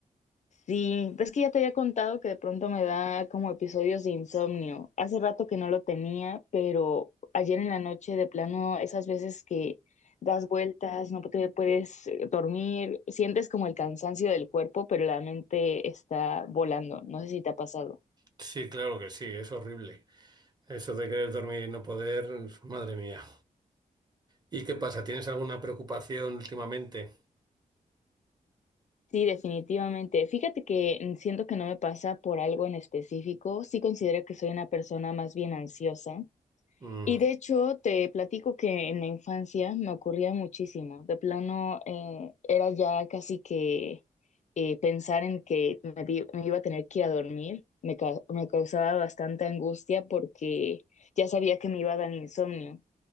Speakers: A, on the left; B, on the right.
A: Sí, ves que ya te había contado que de pronto me da como episodios de insomnio. Hace rato que no lo tenía, pero ayer en la noche de plano, esas veces que das vueltas, no te puedes eh, dormir, sientes como el cansancio del cuerpo, pero la mente está volando. No sé si te ha pasado.
B: Sí, claro que sí, es horrible. Eso de querer dormir y no poder, madre mía. ¿Y qué pasa? ¿Tienes alguna preocupación últimamente?
A: Sí, definitivamente. Fíjate que mm, siento que no me pasa por algo en específico. Sí considero que soy una persona más bien ansiosa
B: Mm,
A: Y de hecho, te platico que en la infancia me ocurría muchísimo. De plano, eh, era ya casi que eh, pensar en que me, di- me iba a tener que ir a dormir. Me, ca- me causaba bastante angustia porque ya sabía que me iba a dar insomnio.